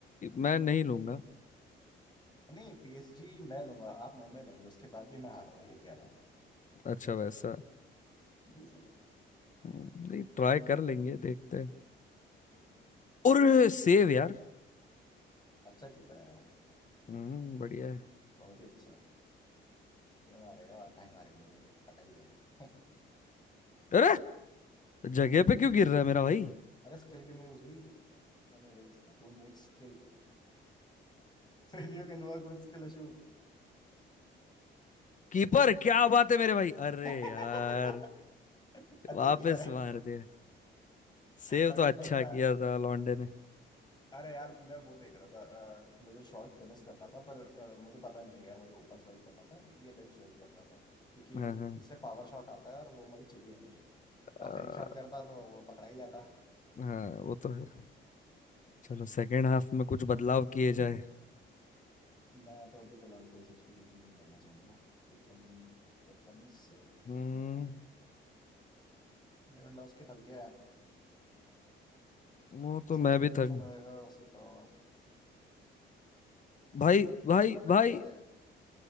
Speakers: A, on the left; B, on the left.
A: मैं नहीं लूंगा
B: नहीं पीएसजी मैं लूंगा आप मुंबई लेंगे उसके बाद भी मैं हारूंगा ये कह रहा हूँ
A: अच्छा वैसा
B: जी सर
A: हम्म, नहीं ट्राई कर लेंगे देखते हैं और सेव यार
B: अच्छा कीपर है
A: हम्म बढ़िया है
B: बहुत ही अच्छा ये मारेगा और कहीं मारेंगे ये पता ही है <laughs>
A: अरे जगह पे क्यों गिर रहा है मेरा भाई
B: अरे स्किल की न्यूज हुई Anyways who needs skill Failure can work with skill issues
A: कीपर क्या बात है मेरे भाई अरे
B: <laughs>
A: यार
B: अच्छा
A: वापस
B: कीपर है
A: मार दिया सेव
B: पकड़
A: तो अच्छा
B: नहीं पाया
A: किया था लॉन्डे ने
B: अरे यार मैं वो देख रहा था अ, मुझे शॉर्ट फिनिश करना था पर अ, मुझे पता नहीं है यार मुझे ऊपर स्वाइप करना था या लेफ्ट स्वाइप करना था क्योंकि
A: हाँ
B: एक
A: हाँ
B: इससे पावर शॉट आता है और वो मुझे चाहिए नहीं
A: अ,
B: और फेक शॉट करता तो वो पकड़ा ही जाता
A: हाँ वो तो है चलो सेकेंड हाफ में कुछ बदलाव किए
B: <laughs> हम्म।
A: जाए
B: मैं तो अभी फिलहाल कोई सब्स्टिट्यूशन नहीं करना चाहूंगा लेकिन डिफेंस खेलना
A: हम्म
B: नहीं लेवेंडोस्की थक गया है
A: वो तो मैं
B: सब्स्टिट्यूशन
A: भी थक
B: होएगा उसी का होगा
A: भाई भाई
B: पकड़
A: भाई
B: ले